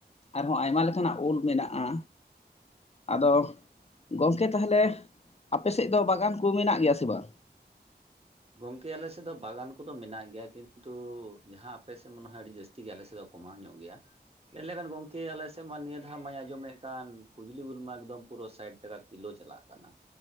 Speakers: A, on the left; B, on the right.
A: ᱟᱨᱦᱚᱸ ᱟᱭᱢᱟ ᱞᱮᱠᱟᱱᱟᱜ ᱩᱞ ᱢᱮᱱᱟᱜ-ᱟ᱾ ᱟᱫᱚ ᱜᱚᱝᱠᱮ ᱛᱟᱦᱚᱞᱮ ᱟᱯᱮ ᱥᱮᱫ ᱫᱚ ᱵᱟᱜᱟᱱ ᱠᱚ ᱢᱮᱱᱟᱜ ᱜᱮᱭᱟ ᱥᱮ ᱵᱟᱝ?
B: ᱜᱚᱝᱠᱮ ᱟᱞᱮ ᱥᱮᱫ ᱫᱚ ᱵᱟᱜᱟᱱ ᱠᱚᱫᱚ ᱢᱮᱱᱟᱜ ᱜᱮᱭᱟ ᱾ᱠᱤᱱᱛᱩ ᱡᱟᱦᱟᱸ ᱟᱯᱮ ᱥᱮᱫ ᱢᱚᱱᱮ ᱦᱳᱭ ᱟᱹᱰᱤ ᱡᱟᱹᱥ ᱛᱤ ᱜᱮᱭᱟ ᱟᱞᱮᱥᱮᱫ ᱫᱚ ᱠᱚᱢᱟᱣ ᱧᱚᱜ ᱜᱮᱭᱟ᱾ ᱞᱮᱭ ᱞᱮᱠᱷᱟᱱ ᱜᱚᱝᱠᱮ ᱟᱞᱮᱥᱮᱫ ᱢᱟ ᱱᱤᱭᱟᱹ ᱫᱷᱟᱣ ᱢᱟᱭ ᱟᱸᱡᱚᱢᱮᱫ ᱠᱟᱱ ᱯᱷᱩᱡᱽᱞᱤ ᱩᱞᱢᱟ ᱮᱠᱫᱚᱢ ᱯᱩᱨᱟᱹ ᱥᱟᱭᱮᱰ ᱞᱮᱠᱟ ᱠᱤᱞᱳ ᱪᱟᱞᱟᱜ ᱠᱟᱱᱟ,